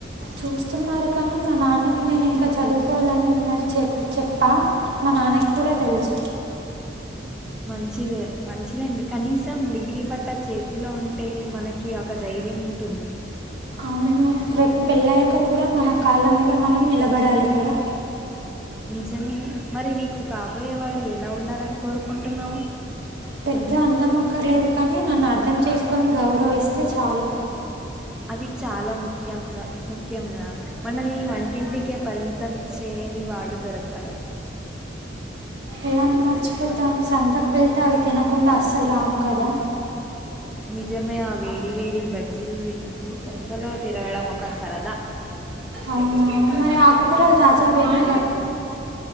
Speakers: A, on the right; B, in the centre.
A: చూస్తున్నారు కానీ మా నాన్నకి నేను ఇంకా చదువుకోవాలని ఉందని చె చెప్పా మా నాన్నకి కుడ తెలుసు
B: మంచిది మంచిదండి కనీసం డిగ్రీ పట్టా చేతిలో ఉంటే మనకి ఒక ధైర్యం ఉంటుంది
A: అవును రేపు పెళ్ళయ్యాక కూడా మన కాళ్ళ మీద మనం నిలబడాలి కదా
B: నిజమే మరి నీకు కాబోయేవాడు ఎలా ఉండాలని కోరుకుంటున్నావు
A: పెద్ద అందం అక్కర్లేదు కానీ నన్ను అర్థం చేసుకొని గౌరవిస్తే చాలు
B: అది చాలా ముఖ్యంగా ముఖ్యంగా మనల్ని వంటింటికే పరిమితం చేయని వాడు దొరకాలి
A: ఎలా మర్చిపోతాను సంతకు వెళ్తే అవి తినకుండా అస్సలు రాము కదా
B: నిజమే వేడివేడి బజ్జిలు వింటూ సొంతలో తిరగడం ఒక సరదా
A: అవునా మరి ఆకుకూరలు తాజా వేనా